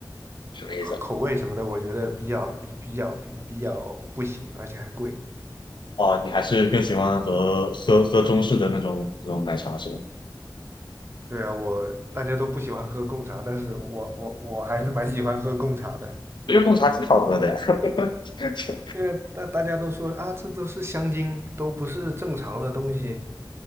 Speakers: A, on the left; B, on the right.
A: 什么意思啊？
B: 口味什么的，我觉得比较比比较比比较不行，而且还贵。
A: 哦，你还是更喜欢喝喝喝中式的那种那种奶茶是吧？
B: 对啊，我大家都不喜欢喝贡茶，但是我我我还是蛮喜欢喝贡茶的。
A: 我觉得贡茶挺好喝的呀，<laughs> 这
B: 对，大大家都说啊，这都是香精，都不是正常的东西